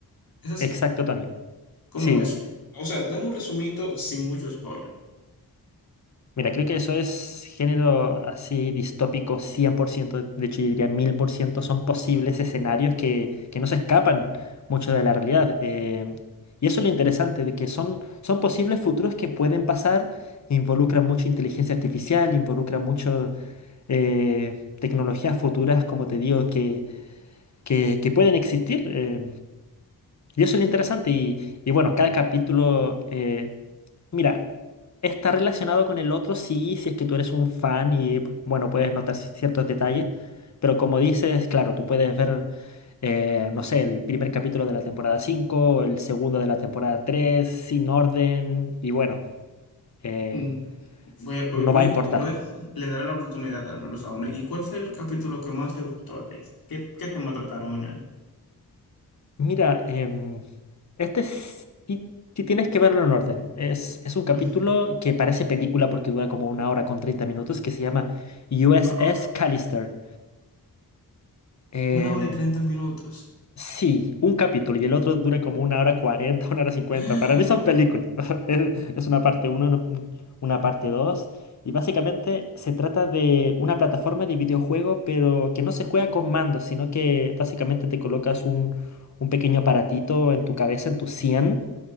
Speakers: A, on the left (about 65°); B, on the left (about 45°).
A: Es así,
B: exacto, Tony.
A: como
B: Sí.
A: es. O sea, dame un resumito sin mucho spoiler.
B: Mira, creo que eso es género así distópico 100%, de hecho yo diría 1000%, son posibles escenarios que, que no se escapan mucho de la realidad. eh, y eso es lo interesante, de que son, son posibles futuros que pueden pasar, involucran mucho inteligencia artificial, involucran mucho eh, tecnologías futuras, como te digo, que, que, que pueden existir. eh, y eso es lo interesante. Y, y bueno, cada capítulo, eh, mira, está relacionado con el otro, sí, si es que tú eres un fan y, bueno, puedes notar ci- ciertos detalles, pero como dices, claro, tú puedes ver, eh, no sé, el primer capítulo de la temporada 5 o el segundo de la temporada 3 sin orden, y bueno, eh,
A: Mm, Voy a- voy-
B: no
A: voy-
B: va a importar.
A: eh, lo voy a- le daré la oportunidad al menos a uno. ¿Y cuál fue el capítulo que más te gustó a ti? ¿Qué, qué tema trataron en él?
B: Mira, em, Este es- sí, sí tienes que verlo en orden. Es, es un capítulo
A: <laughs>
B: que parece película porque dura como una hora con 30 minutos que se llama USS
A: Wow.
B: Callister. Em,
A: Una hora y treinta minutos.
B: sí, un capítulo y el otro dura como una hora 40, <laughs> una hora 50.
A: <gasps>
B: Para mí son películas. <laughs> Es, es una parte uno, una, una parte 2. Y básicamente se trata de una plataforma de videojuego, pero que no se juega con mandos, sino que básicamente te colocas un, un pequeño aparatito en tu cabeza, en tu 100